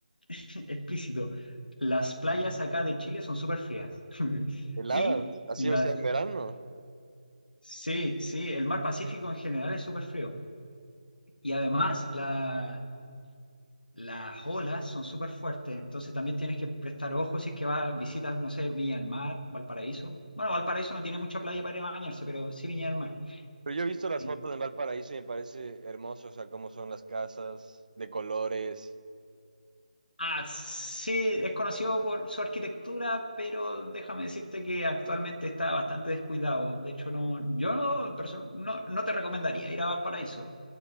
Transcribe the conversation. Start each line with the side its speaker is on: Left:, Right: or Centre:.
Left: <laughs> explícito. Las playas acá de Chile son súper frías. <laughs>
Right: Heladas,
Left: Y
Right: así
Left: las...
Right: sea en verano.
Left: Sí, sí, el mar Pacífico en general es súper frío. Y además, la, Las olas son súper fuertes, entonces también tienes que prestar ojo si es que vas, visitas, no sé, Viña del Mar, Valparaíso. Bueno, Valparaíso no tiene mucha playa para ir a bañarse, pero sí Viña del Mar.
Right: Pero yo he visto las
Left: Y-
Right: fotos en Valparaíso y me parece hermoso, o sea, cómo son las casas, de colores.
Left: Ah, sí, es conocido por su arquitectura, pero déjame decirte que actualmente está bastante descuidado. De hecho, no, yo no, perso- no, no te recomendaría ir a Valparaíso.